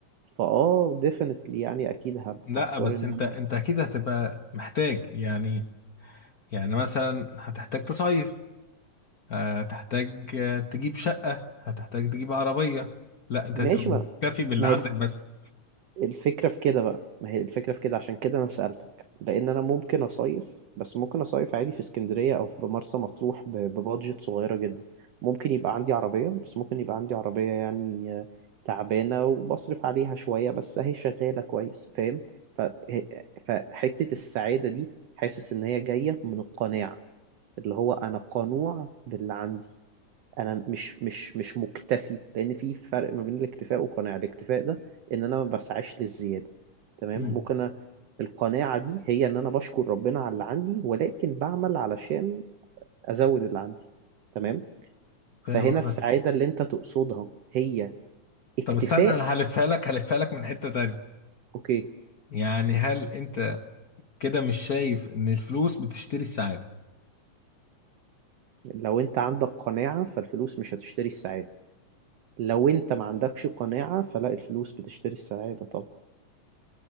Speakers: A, on the right; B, on the left.
A: فاه definitely يعني اكيد هب-
B: لا
A: هختار
B: بس
A: ان
B: انت
A: انا
B: انت اكيد هتبقى محتاج يعني يعني مثلا هتحتاج تصيف هتحتاج آه، تجيب شقة هتحتاج تجيب عربية لا انت
A: ماشي
B: هتبقى مكتفي
A: ما,
B: باللي
A: ما
B: عندك
A: هي
B: بس
A: الفكرة في كده بقى ما هي الفكرة في كده عشان كده أنا سألتك لأن أنا ممكن أصيف بس ممكن أصيف عادي في اسكندرية أو في مرسى مطروح ب- ببادجت صغيرة جدا ممكن يبقى عندي عربية بس ممكن يبقى عندي عربية يعني آه، تعبانة وبصرف عليها شوية بس أهي شغالة كويس فاهم ف- ه- فحتة السعادة دي حاسس إن هي جاية من القناعة اللي هو أنا قنوع باللي عندي انا مش مش مش مكتفي لان في فرق ما بين الاكتفاء والقناعه الاكتفاء ده ان انا ما بسعاش للزياده تمام
B: مم.
A: ممكن أ... القناعه دي هي ان انا بشكر ربنا على اللي عندي ولكن بعمل علشان ازود اللي عندي تمام
B: فاهم
A: فهنا
B: قصدك
A: السعاده اللي انت تقصدها هي اكتفاء
B: طب استنى انا هلفها لك هلفها لك من حتة تانية
A: اوكي
B: يعني هل انت كده مش شايف ان الفلوس بتشتري السعادة
A: لو انت عندك قناعه فالفلوس مش هتشتري السعاده لو انت ما عندكش قناعه فلا الفلوس بتشتري السعاده طبعا